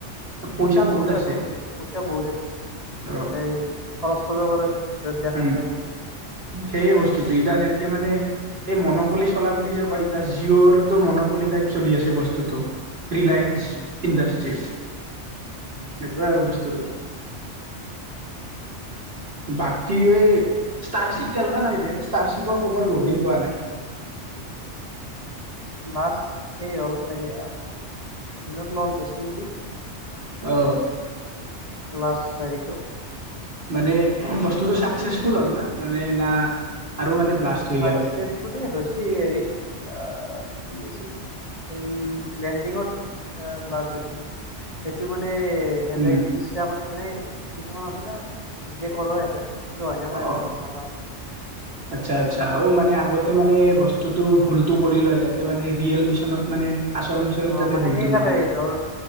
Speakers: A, on the left (about 30°); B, on the right (about 55°).
A: উম,
B: পইচা বহুত
A: আৰু
B: আছে
A: এইটো পইচা বহুত আছে
B: অ
A: তাতে খৰচ কৰিব পৰা যত জনা
B: উম
A: লাগে
B: সেইয়ে বস্তুটো ইদা যেনকে মানে এই মন'পলি চলা বুলি যে কয়তিা জিঅ'ৰ তটো মন'পলি টাইপ চলি আছে বস্তুতটো ৰিলায়ন্স
A: উম,
B: ইণ্ডষ্ট্ৰি
A: উম,
B: এইটো আৰু বস্তুটো বাকী ষ্টাৰশ্বিপ গাল নে নাই ব ষ্টাৰশ্বিপৰ খবৰ বহুত দিন পোৱা নাই
A: লাষ্ট সেই হ'ল চাগে জুনত লঞ্চ আছিল নেকি
B: অ
A: ল্লাছ চাৰিটো
B: মানে বস্তুতটো চাকচেচফুল হ'ল না মানে ন আৰু মানে ব্লাষ্ট হৈ
A: চাকচেচফুলেই
B: গ'ল
A: হৈছে হেৰিত কি আছিল এই লেণ্ডিঙত আহ ব্লাষ্ট হৈছিল সেইটো মানে সিহঁতে
B: উম
A: ইচ্ছা কৰি মানে কিছুমান আছে না নিজে কৰ সিহতে সেইটো হয়নেে
B: অ
A: নাই
B: অ
A: মই গম নাপাম
B: <inaudible> আচ্ছা আচ্ছা অ মানে আগতে মানে বস্তুটো ভুলতটো কৰি লয় যাতে মানে ৰিয়েল মিচনত মানে আচল মিছনত
A: অ
B: যাতে
A: মানে
B: ভুলটো
A: সেই
B: নহয়
A: থাকে ধৰ